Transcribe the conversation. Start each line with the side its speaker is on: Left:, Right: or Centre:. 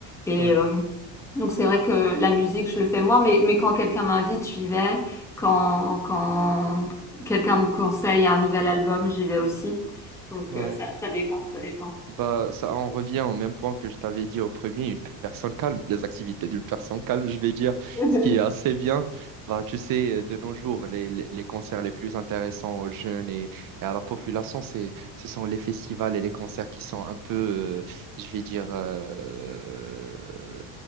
Centre: Et
Right: ouais,
Centre: euh, Donc c'est vrai que la musique, je le fais moi, mais, mais quand quelqu'un m'invite, j'y vais. Quand, quand quelqu'un me conseille un nouvel album, j'y vais aussi. Donc
Right: ouais.
Centre: euh, ça, ça dépend, ça dépend.
Right: Bah, ça en revient au même point que je t'avais dit au premier, une personne calme, les activités d'une personne calme, je vais dire,
Centre: <laughs>
Right: ce qui est assez bien. Bah, tu sais, de nos jours, les, les, les concerts les plus intéressants aux jeunes et, et à la population, c'est, ce sont les festivals et les concerts qui sont un peu, euh, je vais dire, euh,